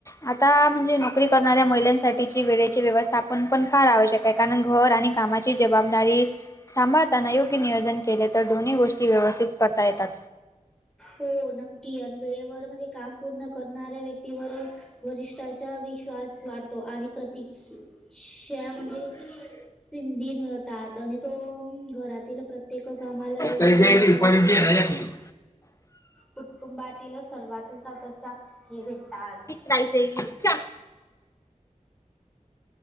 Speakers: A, on the left (about 25°); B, in the centre.
A: आता म्हणजे नोकरी करणाऱ्या महिलांसाठी ची वेळेची व्यवस्थापन पण फार आवश्यक आहे, कारण घर आणि कामाची जबाबदारी सांभाळताना योग्य नियोजन केले तर दोन्ही गोष्टी व्यवस्थित करता येतात.
B: हो नक्की आणि वेळेवर म्हणजे काम पूर्ण करणाऱ्या व्यक्तीवरच वरिष्ठाचा विश्वास वाढतो आणि प्रती श्या म्हणजे सिंधी मिळतात आणि तो घरातील प्रत्य ते क कामाला वेळ
A: गेली
B: दिला तर
A: परी
B: कुठं
A: घे ना एकली
B: कुटुंबातील सर्वात सततच्या हे भेटतात.
A: कायमचे <unintelligible> चा